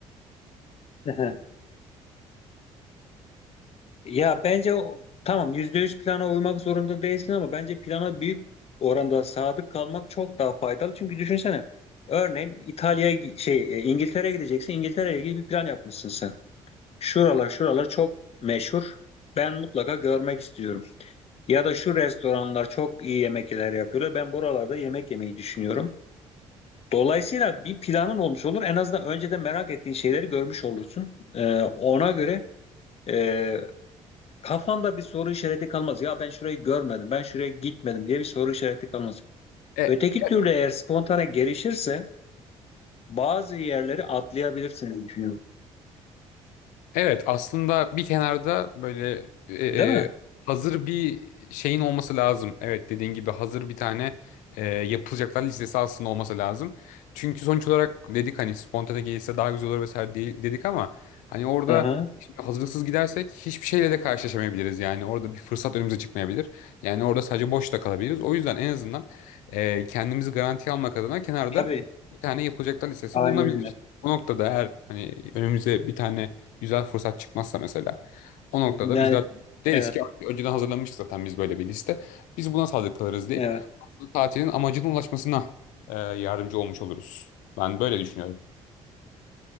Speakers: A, on the left; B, on the left.
A: hı. Ya bence o- tamam %100 plana uymak zorunda değilsin ama bence plana büyük oranda sadık kalmak çok daha faydalı. Çünkü düşünsene örneğin İtalya'ya gi- şey e, İngiltere'ye gideceksin. İngiltere'ye ilgili bir plan yapmışsın sen. Şuralar şuralar çok meşhur. Ben mutlaka görmek istiyorum. Ya da şu restoranlar çok iyi yemekler yapıyorlar. Ben buralarda yemek yemeyi düşünüyorum. Dolayısıyla bir planın olmuş olur. En azından önceden merak ettiğin şeyleri görmüş olursun. Ee, ona göre e, Kafamda bir soru işareti kalmaz. Ya ben şurayı görmedim, ben şuraya gitmedim diye bir soru işareti kalmaz.
B: E,
A: Öteki türlü eğer spontane gelişirse bazı yerleri atlayabilirsin düşünüyorum.
B: Evet aslında bir kenarda böyle e,
A: Değil mi?
B: e, hazır bir şeyin olması lazım. Evet dediğin gibi hazır bir tane e, yapılacaklar listesi aslında olması lazım. Çünkü sonuç olarak dedik hani spontane gelirse daha güzel olur vesaire de- dedik ama hani orada
A: Hı hı.
B: şimdi hazırlıksız gidersek hiçbir şeyle de karşılaşamayabiliriz. Yani orada bir fırsat önümüze çıkmayabilir. Yani orada sadece boş da kalabiliriz. O yüzden en azından e, kendimizi garantiye almak adına kenarda
A: Tabii.
B: bir tane yapılacaklar listesi
A: Aynen
B: bulunabilir.
A: öyle.
B: Bu noktada eğer hani önümüze bir tane güzel fırsat çıkmazsa mesela o noktada
A: Yani
B: biz de deriz
A: evet,
B: ki önceden hazırlanmıştık zaten biz böyle bir liste. Biz buna sadık kalırız deyip
A: evet.
B: aslında tatilin amacına ulaşmasına e, yardımcı olmuş oluruz. Ben böyle düşünüyorum.